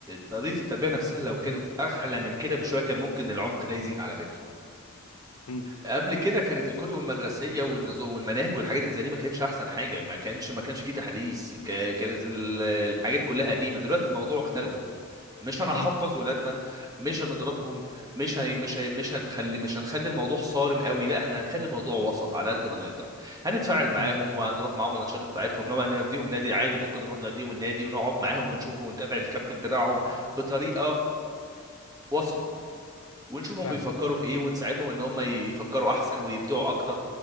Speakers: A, on the right; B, on the left.
A: طريقه التربيه نفسها لو كانت
B: مم.
A: احلى من كده بشويه كان ممكن العمق ده يزيد على فكره
B: مم.
A: قبل كده كانت الكتب المدرسيه والنظام والمناهج والحاجات اللي زي دي ما كانتش احسن حاجه ما كانش ما كانش فيه تحديث ك- كانت ال- الحاجات كلها قديمه دلوقتي الموضوع اختلف مش هنحفظ
B: مم.
A: ولادنا مش هنضربهم مش هي مش هي مش هنخلي مش هنخلي الموضوع صارم قوي لا احنا هنخلي الموضوع وسط على قد ما نقدر هنتفاعل معاهم
B: مم.
A: وهنروح معاهم الانشطه بتاعتهم لو هنوديهم نادي عادي ممكن نروح نوديهم النادي ونقعد معاهم ونشوف ونتابع الكابتن بتاعهم بطريقه وسط ونشوفهم
B: فاهم
A: بيفكروا في ايه ونساعدهم ان هم يفكروا احسن ويبدعوا اكتر